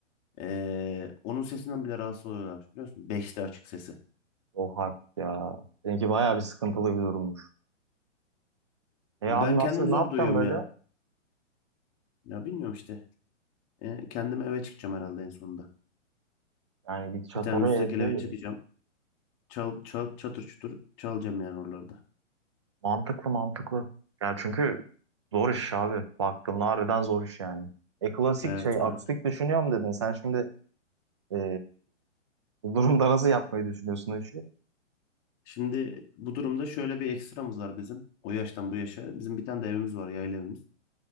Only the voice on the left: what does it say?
Ee, onun sesinden bile rahatsız oluyorlarmış Biliyorsun beşte açık sesi.
Ben
kendim
zor
duyuyorum
ya. Ya bilmiyorum işte. Ee, kendim eve çıkacağım herhalde en sonunda.
Bir tane
müstakil
eve
çıkacağım. Çal, çal, çatır çutur çalacağım yani oralarda.
Evet
evet.
Şimdi bu durumda şöyle bir ekstramız var bizim. O yaştan bu yaşa. Bizim bir tane de evimiz var yayla evimiz.